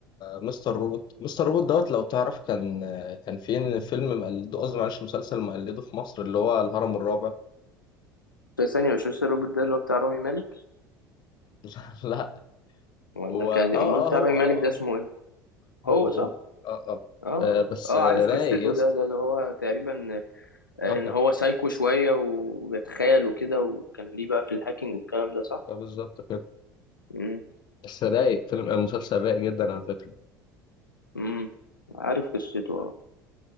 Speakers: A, on the left; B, on the left.
A: مستر روبوت مستر روبوت دوت لو تعرف كان كان في فيلم مقلده قصدي معلش مسلسل مقلده في مصر اللي هو الهرم الرابع
B: بس ثانيه مش مستر روبوت ده اللي هو بتاع رامي مالك
A: <laughs> لا لا
B: ولا
A: هو
B: كان
A: اه اه
B: امال بتاع
A: هو
B: رامي
A: اه
B: مالك ده اسمه
A: اه
B: ايه هو
A: هو هو
B: صح
A: هو اه اه
B: اه اه
A: آه، بس
B: اه
A: آه،
B: عارف
A: رايق
B: قصته
A: يا اسطى
B: ده ده اللي هو تقريبا ان
A: آه، آه،
B: هو سايكو شويه وبيتخيل وكده وكان ليه بقى في الهاكينج والكلام ده صح
A: آه، بالظبط كده
B: امم
A: بس رايق فيلم آه، مسلسل رايق جدا على فكرة
B: امم عارف قصته اه